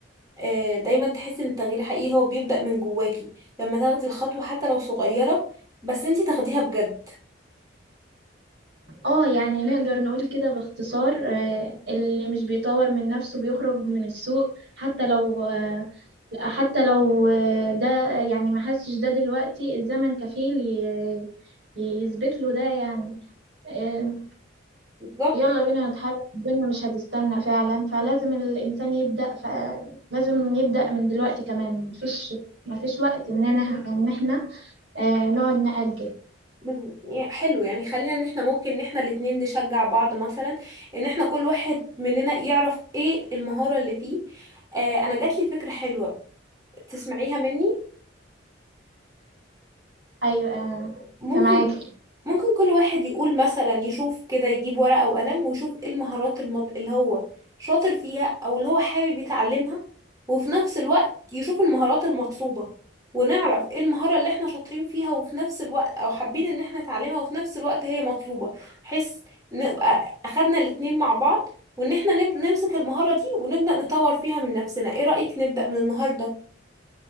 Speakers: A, on the right; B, on the right.
A: آه، دايما تحس ان التغيير الحقيقي هو بيبدأ من جواكي لما تاخدي الخطوة حتى لو صغيرة بس انتي تاخديها بجد
B: اه يعني نقدر نقول كده باختصار آه، اللي مش بيطور من نفسه بيخرج من السوق حتى لو آه، حتى لو آه، ده يعني ما حسش ده دلوقتي الزمن كفيل ي- يثبت له ده يعني آه،
A: بالظبط
B: يلا بينا نتحرك الدنيا مش هتستنى فعلا فلازم الإنسان يبدأ فلازم يبدأ من دلوقتي كمان مفيش مفيش وقت إننا إن احنا آه، نقعد نأجل
A: بز- يا- حلو يعني خلينا ان احنا ممكن ان احنا الاتنين نشجع بعض مثلا ان احنا كل واحد مننا يعرف ايه المهارة اللي فيه آه انا جات لي فكرة حلوة تسمعيها مني
B: أيوة آه،
A: ممكن
B: فمعاكي
A: ممكن كل واحد يقول مثلا يشوف كده يجيب ورقة وقلم ويشوف ايه المهارات الم- اللي هو شاطر فيها او اللي هو حابب يتعلمها وفي نفس الوقت يشوف المهارات المطلوبة ونعرف ايه المهارة اللي احنا شاطرين فيها وفي نفس الوقت او حابين ان احنا نتعلمها وفي نفس الوقت هي مطلوبة بحيث نبقى اخدنا الاتنين مع بعض وان احنا نب- نمسك المهارة دي ونبدأ نطور فيها من نفسنا ايه رأيك نبدأ من النهاردة